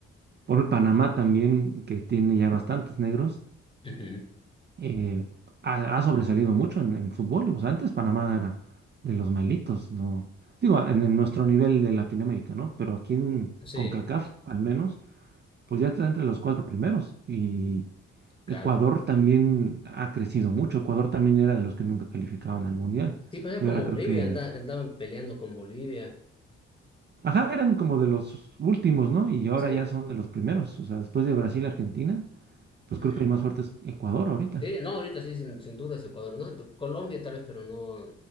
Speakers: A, on the right; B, on the left.
A: por Panamá también, que tiene ya bastantes negros,
B: Ujú.
A: eh, ha, ha sobresalido mucho en, en fútbol. O sea, antes Panamá era de los malitos, ¿no? Digo, en, en nuestro nivel de Latinoamérica, ¿no? Pero aquí en
B: Sí,
A: CONCACAF, al menos, pues ya está entre los cuatro primeros. Y
B: claro.
A: Ecuador también ha crecido mucho. Ecuador también era de los que nunca calificaban al Mundial.
B: Sí, pues era
A: Y
B: como
A: ahora creo
B: Bolivia,
A: que...
B: anda- andaban peleando con Bolivia.
A: Ajá, eran como de los últimos, ¿no? Y ahora
B: Sí.
A: ya son de los primeros. O sea, después de Brasil y Argentina, pues
B: Ujú.
A: creo que el más fuerte es Ecuador ahorita.
B: Sí, no, ahorita sí, sin, sin dudas Ecuador, ¿no? Colombia tal vez, pero no,